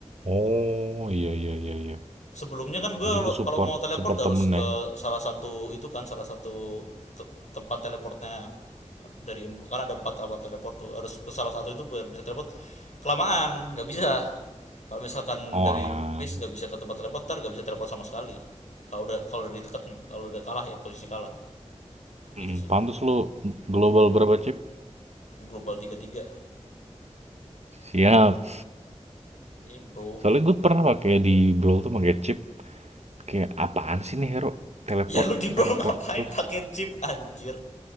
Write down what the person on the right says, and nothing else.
Oh, iya iya iya iya.
Jadi
lu support
support
temen
ya.
Oh
alah.
Mm,
pantes lo global berapa chip?
Siap.
Soalnya gue pernah pakai di Brawl tuh pakai chip. Kayak apaan sih nih hero? Teleport,
teleport
terus.